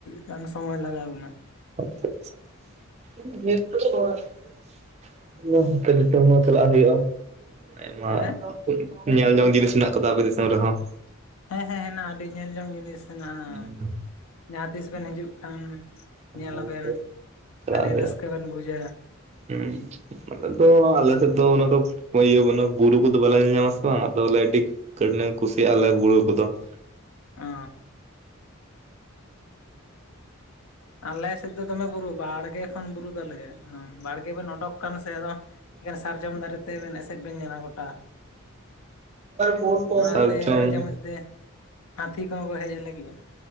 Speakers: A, on the left; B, on the right.
A: ᱜᱟᱱ ᱥᱚᱢᱚᱭ ᱞᱟᱜᱟᱣ ᱵᱤᱱᱟ ᱾
B: <inaudible> ᱛᱟᱦᱟᱞᱮ ᱜᱚᱝᱠᱮ ᱫᱤᱥᱚᱢ ᱧᱮᱞ ᱪᱟᱞᱟᱜ ᱦᱩᱭᱩᱜ-ᱟ ᱾ ᱟᱭᱢᱟ
A: ᱦᱮᱸ
B: ᱧᱮᱞ ᱡᱚᱝ ᱡᱤᱱᱤᱥ ᱢᱮᱱᱟᱜ ᱠᱟᱫᱟ ᱟᱯᱮ ᱫᱤᱥᱚᱢ ᱨᱮᱦᱚᱸ ᱾
A: ᱦᱮᱸ ᱦᱮᱸ ᱦᱮᱱᱟᱜ-ᱟ ᱟᱹᱰᱤ ᱧᱮᱞ ᱡᱚᱝ ᱡᱤᱱᱤᱥ ᱦᱮᱱᱟᱜ-ᱟ
B: ᱦᱮᱸ
A: ᱡᱟᱦᱟᱸ ᱛᱤᱥ ᱵᱮᱱ ᱦᱤᱡᱩᱜ ᱠᱷᱟᱱ ᱧᱮᱞ
B: ᱚᱵᱚᱥᱥᱳᱭ
A: ᱟᱵᱮᱱ
B: ᱪᱟᱞᱟᱜ
A: ᱟᱹᱰᱤ
B: ᱦᱩᱭᱩᱜᱼᱟ᱾
A: ᱨᱟᱹᱥᱠᱟᱹ ᱵᱮᱱ ᱵᱩᱡᱟ ᱾
B: ᱦᱩᱸ ᱾ ᱟᱞᱮ ᱫᱚ ᱟᱞᱮ ᱥᱮᱫ ᱫᱚ ᱚᱱᱟ ᱤᱭᱟᱹ ᱵᱩᱨᱩ ᱠᱚᱫᱚ ᱵᱟᱞᱮ ᱧᱮᱞ ᱧᱟᱢ ᱟ ᱥᱮ ᱵᱟᱝ ᱟᱫᱚ ᱵᱚᱞᱮ ᱟᱹᱰᱤ ᱠᱟᱹᱴᱱᱟ ᱠᱩᱥᱤ ᱭᱟᱜᱟᱞᱟ ᱵᱩᱨᱩ ᱠᱚᱫᱚ ᱾ <inaudible>
A: ᱚ ᱟᱞᱮ ᱥᱮᱫ ᱫᱚᱢᱮ ᱵᱩᱨᱩ ᱵᱟᱲ ᱵᱟᱲᱜᱮ ᱠᱷᱚᱱ ᱵᱩᱨᱩ ᱫᱟᱞᱮ ᱵᱟᱲᱜᱮ ᱵᱮᱱ ᱚᱰᱩᱠ ᱟᱠᱟᱱ ᱥᱮ ᱟᱫᱚ ᱮᱠᱮᱱ ᱥᱟᱨᱡᱚᱢ ᱫᱟᱨᱮ ᱛᱮᱵᱮᱱ ᱮᱥᱮᱫ ᱵᱮᱱ ᱧᱟᱢᱟ ᱜᱚᱴᱟ ᱾
B: ᱦᱩᱸ
A: ᱚᱱᱟᱛᱮ
B: ᱥᱟᱨᱡᱚᱢ
A: ᱢᱟᱡᱷᱮ ᱢᱚᱫᱽᱫᱷᱮ ᱦᱟᱹᱛᱤ ᱠᱚᱦᱚᱸ ᱠᱚ ᱦᱮᱡ ᱟᱞᱮ ᱜᱮᱭᱟ ᱾